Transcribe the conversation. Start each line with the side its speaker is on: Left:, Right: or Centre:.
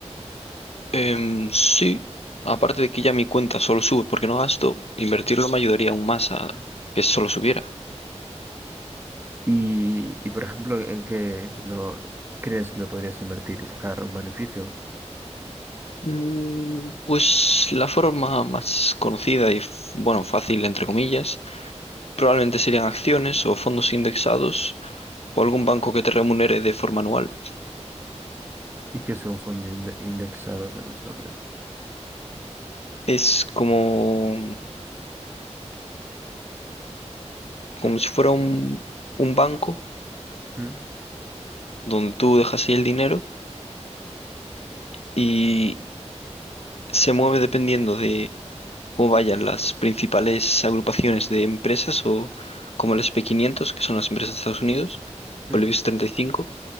Left: Em, sí. Aparte de que ya mi cuenta solo sube porque no gasto, invertirlo me ayudaría aún más a que solo subiera.
Right: Y, y por ejemplo, ¿en qué lo crees que lo podrías invertir y sacar un beneficio?
Left: Mm, Pues la forma más conocida y, f- bueno, fácil, entre comillas, probablemente serían acciones o fondos indexados o algún banco que te remunere de forma anual.
Right: ¿Y qué es un fondo inde- indexado que no sé lo que es?
Left: Es como, como si fuera un, un banco
Right: ¿Mm?
Left: donde tú dejas ahí el dinero y se mueve dependiendo de cómo vayan las principales agrupaciones de empresas o como el S&P 500, que son las empresas de Estados Unidos,
Right: Mm,
Left: o el IBEX 35